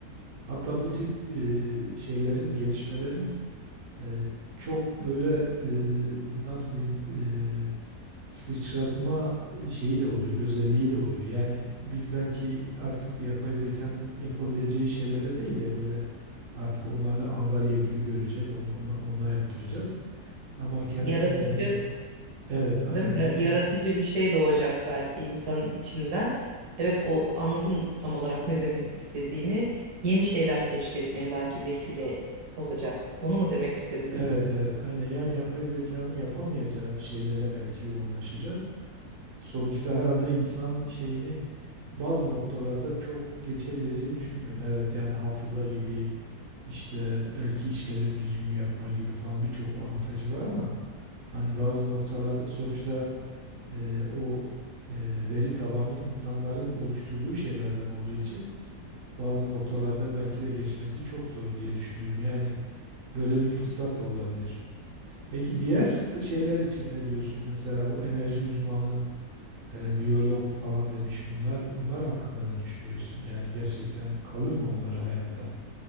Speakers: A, on the right; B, on the right.
A: Hatta bu tip e, şeylerin, gelişmelerin e, çok böyle e, nasıl diyeyim e, sıçratma e, şeyi de oluyor, özelliği de oluyor. Yani biz belki artık yapay zekanın yapabileceği şeylere değil de böyle artık onları angarya gibi göreceğiz, onu ona, onunla yaptıracağız. Ama kendimiz
B: Yaratıcı
A: yani evet aynen
B: Değil mi?
A: yani
B: Ya- Yaratıcı bir şey doğacak belki insanın içinden. Evet o anladım tam olarak ne demek istediğini. Yeni şeyler keşfetmeye belki vesile olacak. Onu mu demek istedin?
A: evet evet aynen yani yapay zekanın yapamayacağı şeylere belki yoğunlaşacağız. Sonuçta herhalde insan şeyini bazı noktalarda çok geçebileceğini düşünmüyorum. Evet yani hafıza gibi İşte belki işleri düzgün yapma gibi falan birçok avantajı var ama hani bazı noktalarda sonuçta e, o e, veri tabanı insanların oluşturduğu şeylerden olduğu için bazı noktalarda belki de geçmesi çok zor diye düşünüyorum. Yani böyle bir fırsat da olabilir. Peki diğer k- şeyler için ne diyorsun? Mesela bu enerji uzmanı, e, biyolog falan demiş. Bunlar bunlar hakkında ne düşünüyorsun? Yani gerçekten kalır mı onlar hayatta?